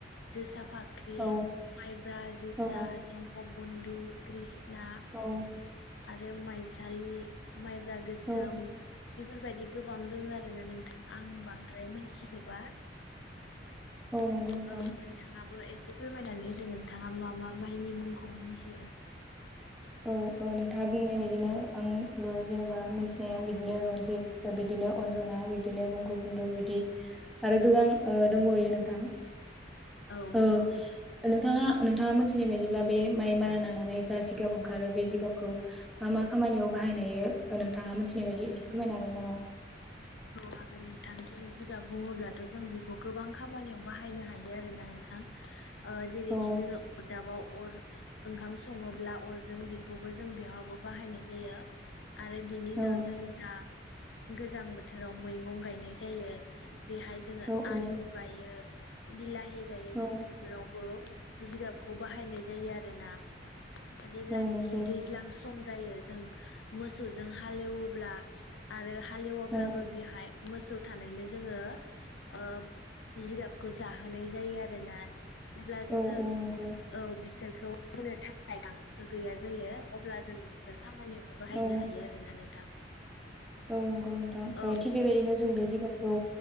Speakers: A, on the left; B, in the centre.
A: जोसा फाख्रि
B: औ
A: माइब्रा जोसा
B: औ
A: जंग बुन्दु कृस। दा।
B: औ
A: आरो माइसालि। माइब्रा गोसोम।
B: औ
A: बेफोरबायदि गोबां दोङो आरो ना नोंथां आं बांद्राय मिनथिजोबा। औ
B: नंगौ नोंथां
A: नोंथाङाबो एस से फोरमायनानै होदो नोंथाङा मा मा मायनि मुंखौ मोनथियो।
B: औ ओ नोंथाङा बुंनाय बायदिनो आंबो जेनेबा मिथिनाया बिदिनो रनजित बिदिनो अन्जना बिदिनो बंग' बुन्दु बिदि आरो गोबां दंबयो नोंथाङा।
A: औ नंगौ
B: ओ
A: नोंथां
B: नोंथाङा नों नोंथाङा मिथिनाय बायदिब्ला बे माइ मारा नानानै जा जिगाब ओंखार आरो बे जिगाबखौ मा मा खामानियाव बाहायनो हायो ओ नोंथाङा मिथिनाय बायदि एसे फोरमायनो हागोन नामा?
A: औ हागोन नोंथां जों जिगाब बुङोब्लाथ' जों बेखौ गोबां खामानियाव बाहायनो हायो आरोना नोंथां। जेरैखि
B: औ
A: जोङो अरदाबाव अर। ओंखाम सङोब्ला अरजों बेखौबो जों बेहबो बाहायनाय जायो आरो बिनि
B: औ
A: न जों जा गोजां बोथोर बोथोराव मैगं गायनाय जायो बेहाय जोङो
B: औ
A: आलु
B: औ
A: गायो बिलाह <unintelligible>
B: औ
A: जिगाबखौ बाहायनाय जायो आरोना जेब्लानिखि
B: औ नंगौ
A: दैज्लां <unintelligible> जों मोसौजों हाएवोब्ला आरो हाल बियाबो
B: औ
A: बेहाय। मोसौ थानायनो जोङो ओ जिगाबखौ जाहोनाय जायो आरोना। जेब्ला
B: औ
A: जोङो
B: औ नंगौ
A: औ बिसोर। होनो थाखाय गांसो गैया जायो अब्ला जों बेफोर खामानियाव। बाहायनो
B: औ
A: हायो आरोना नोंथां।
B: औ नंगौ नोंथां
A: औ
B: थिग बेबायदिनो जों बे जायगायावखौ।